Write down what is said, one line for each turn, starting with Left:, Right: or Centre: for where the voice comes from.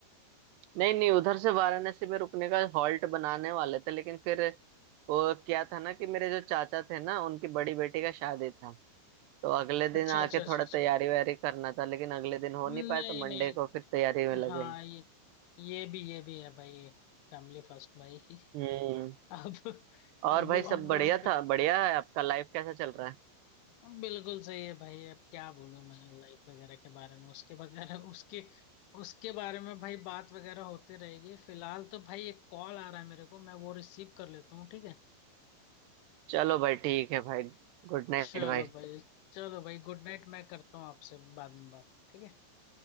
Right: नहीं नहीं उधर से वाराणसी में रुकने का हॉल्ट बनाने वाले थे लेकिन फिर वो क्या था ना कि मेरे जो चाचा थे ना उनकी बड़ी बेटी का शादी था तो अगले दिन
Left: अच्छा
Right: आके
Left: अच्छा अच्छा
Right: थोड़ा
Left: अच्छा
Right: तैयारी वैयारी करना था लेकिन अगले दिन हो
Left: नहीं
Right: नहीं पाया तो मंडे
Left: नहीं
Right: को फिर तैयारी में लगे
Left: हाँ ये ये भी ये भी है भाई फैमिली फर्स्ट भाई <laughs>
Right: हम्म
Left: अब
Right: और
Left: अब
Right: भाई
Left: अब
Right: सब
Left: वहाँ
Right: बढ़िया
Left: पे
Right: था बढ़िया है आपका लाइफ कैसा चल रहा है
Left: बिल्कुल सही है भाई अब क्या बोलूं मैं लाइफ वगैरह के बारे में उसके वगैरह उसके उसके बारे में भाई बात वगैरह होती रहेगी फिलहाल तो भाई एक कॉल आ रहा है मेरे को मैं वो रिसीव कर लेता हूँ ठीक है
Right: चलो भाई ठीक है भाई गुड नाइट
Left: चलो
Right: भाई
Left: भाई चलो भाई गुड नाइट मैं करता हूँ आपसे बाद में बात ठीक है